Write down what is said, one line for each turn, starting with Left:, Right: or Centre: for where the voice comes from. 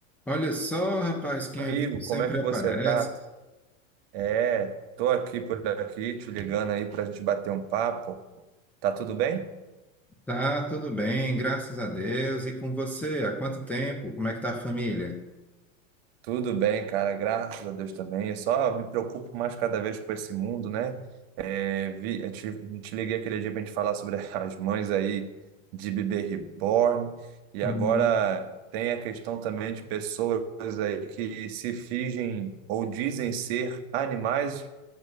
Centre: Olha só, rapaz, quem
Right: Amigo,
Centre: é vivo sempre
Right: como é que
Centre: aparece.
Right: você tá? É, tô aqui por aqui, te ligando aí pra gente bater um papo. Tá tudo bem?
Centre: Tá, tudo bem, graças a Deus. E com você? Há quanto tempo? Como é que tá a família?
Right: Tudo bem, cara, graças a Deus também. Eu só me preocupo mais cada vez com esse mundo, né? É, vi, eu te, eu te liguei aquele dia pra gente falar sobre <laughs> as mães aí de bebê reborn. E
Centre: Uhum.
Right: agora tem a questão também de pessoas aí que se fingem ou dizem ser animais,